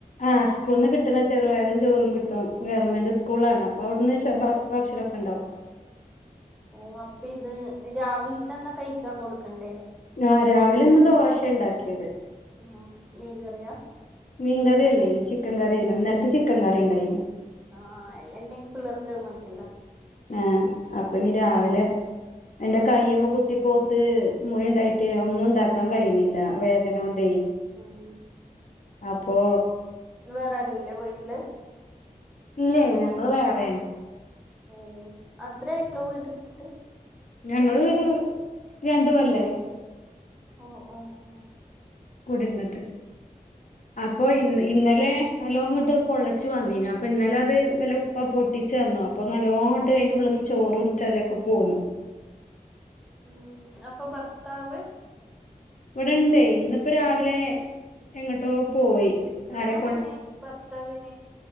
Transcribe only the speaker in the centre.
ഓ അപ്പെ ഇത് രാവിൽത്തെന്നെ കഴിക്കാ കൊടുക്കണ്ടേ.
വീട്ടിന്ന്
ഉം മീ കറിയാ
ആ എല്ലാണ്ടെങ്കി പിള്ളേർക്ക് മതിയല്ലോ
ഉം ഉം
ന് വേറെ ആരുല്ലേ വീട്ട്ല്?
ഓ അത്രയിട്ടുളു വീട് ട്ത്ത്ട്ട്.
ഓ ഓ ഓ
ഉം
ഉം
ഉം അപ്പം ഭർത്താവ്
എന്നാ
പണി ഭർത്താവിന്